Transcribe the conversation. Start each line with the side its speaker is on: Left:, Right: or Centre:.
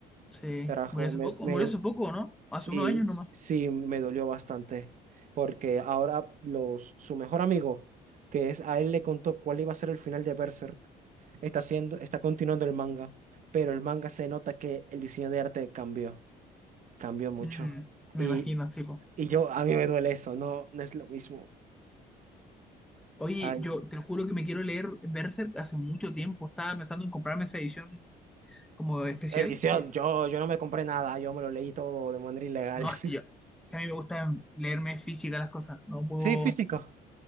Centre: Sí,
Right: Carajo,
Centre: murió hace
Right: me,
Centre: poco.
Right: me,
Centre: ¿O murió hace poco, ¿o no? Hace
Right: Sí,
Centre: unos años nomás.
Right: sí, me dolió bastante, porque ahora los, su mejor amigo, que es a él le contó cuál iba a ser el final de Berserk, está haciendo, está continuando el manga, pero el manga se nota que el diseño de arte cambió, cambió mucho.
Centre: Mm, me
Right: Y,
Centre: imagino, sí, po.
Right: y yo, a mí me duele eso, no, no es lo mismo.
Centre: Oye,
Right: Ay,
Centre: yo te juro que me quiero leer Berserk hace mucho tiempo. Estaba pensando en comprarme esa edición como especial.
Right: edición,
Centre: que-
Right: yo, yo no me compré nada, yo me lo leí todo de manera ilegal.
Centre: No, es
Right: <laughs>
Centre: que yo, es que a mí me gusta leerme física las cosas. No puedo.
Right: Sí, físico.